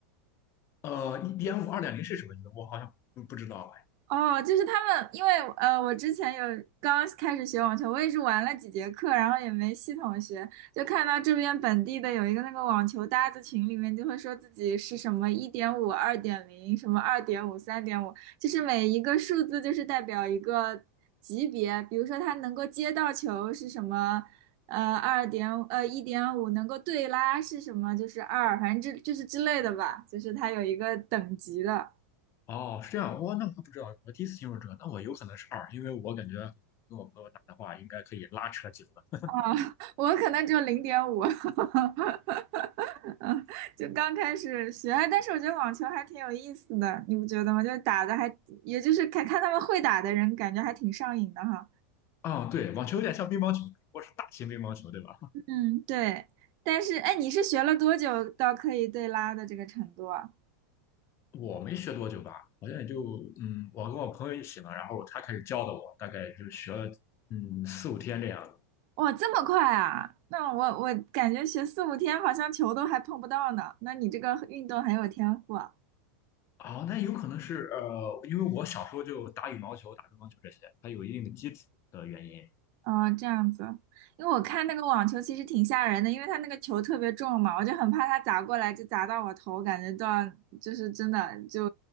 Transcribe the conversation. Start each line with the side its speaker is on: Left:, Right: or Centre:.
Left: 呃，EM 五二点零是什么意思？我好像不不知道
Right: 哦，就是他们，因为呃，我之前有刚开始学网球，我也是玩了几节课，然后也没系统学，就看到这边本地的有一个那个网球搭子群里面就会说自己是什么一点五、二点零、什么二点五、三点五，就是每一个数字就是代表一个级别，比如说他能够接到球是什么，呃，二点呃一点五，1.5能够对拉是什么，就是二，反正这就是之类的吧，就是它有一个等级的。
Left: 哎。哦，是这样，我那我还不知道，我第一次听说这个，那我有可能是二，因为我感觉跟我朋友打的话，应该可以拉扯几轮。
Right: <laughs> 啊，我可能只有零点五，<laughs> 嗯，就刚开始学，哎但是我觉得网球还挺有意思的，你不觉得吗？就是打的还，也就是看看他们会打的人，感觉还挺上瘾的哈。
Left: 啊，对，网球有点像乒乓球，不过是大型乒乓球，对吧？
Right: 嗯，对。但是，哎，你是学了多久到可以对拉的这个程度啊？
Left: 我没学多久吧，好像也就嗯，我跟我朋友一起嘛，然后他开始教的我，大概就学了嗯四五天这样子。
Right: 哇，这么快啊！那我我感觉学四五天好像球都还碰不到呢。那你这个运动很有天赋啊
Left: 哦，那有可能是呃，因为我小时候就打羽毛球、打乒乓球这些，它有一定的基础的原因。
Right: 哦，这样子，因为我看那个网球其实挺吓人的，因为它那个球特别重嘛，我就很怕它砸过来就砸到我头，感觉到就是真的就